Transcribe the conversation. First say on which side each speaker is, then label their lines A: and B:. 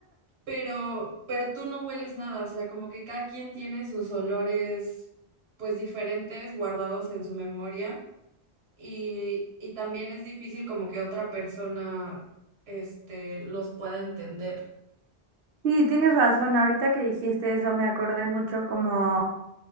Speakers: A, on the right; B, on the right.
A: Pero, pero tú no hueles nada, o sea, como que cada quien tiene sus olores, pues diferentes, guardados en su memoria. Y, y también es difícil como que otra persona, este, los pueda entender.
B: Sí, tienes razón, ahorita que dijiste eso me acordé mucho como